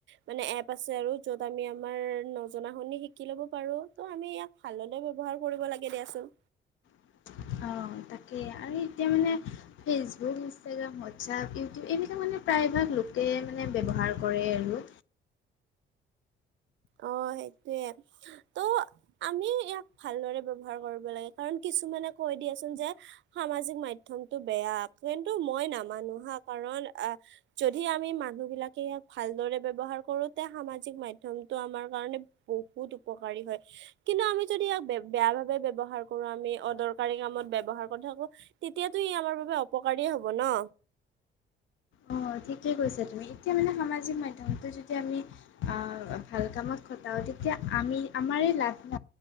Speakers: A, on the right; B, on the left.
A: মানে এপ আ আছে আৰু যত আমি আমাৰ নজনা শুনি শিকি লব পাৰো ত আমি ইয়াক ভালৰে ব্যৱহাৰ কৰিব লাগে। দিয়া চোন
B: <inaudible> অ তাকে আৰু এতিয়া মানে ফেচবুক, ইনষ্টাগ্ৰাম, হোৱাটছপ, ইউটিউব এনেকুৱা মানে- প্ৰায় ভাগ লোকে মানে ব্যৱহাৰ কৰে আৰু
A: অ সেইটোৱে ত' আমি ইয়াক ভালদৰে ব্যৱহাৰ কৰিব লাগে কাৰণ কিছুমানে কৈ দিয়াচোন যে সামাজিক মাধ্য- প্ৰথমটো বেয়া কিন্তু মই নামানো হা কাৰণ আহ যদি আমি মানুহ বিলাকে ইয়াক ভালদৰে ব্যৱহাৰ কৰোতে সামাজিক মাধ্যম ত আমাৰ কাৰণে বহুত উপকাৰী হয় কিন্তু আমি যদি ইয়াক বেয়া ভাবে ব্যৱহাৰ কৰো আমি অদৰকাৰী কামত ব্যৱহাৰ কৰি থাকো তেতিয়াতো ই আমাৰ বাবে অপকাৰীয়ে হব ন।
B: অ ঠিকে কৈছে তুমি। এতিয়া মানে সামাজিক মাধ্যমত যেতিয়া আমি ভাল কামত খতাও তেতিয়া আমি আমাৰ লাভ ন